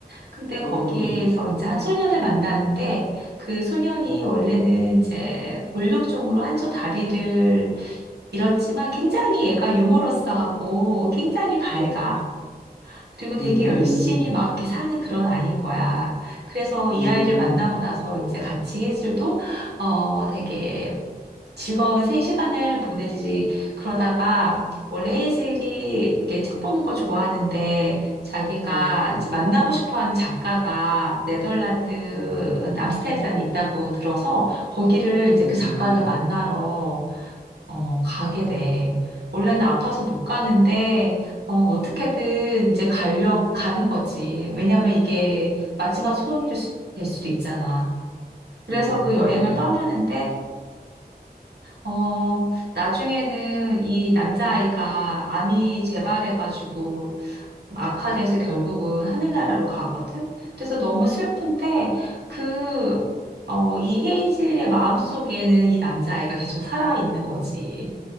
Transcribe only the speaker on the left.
음,
음,
음,
음,
음,
음, 음,
음,
음,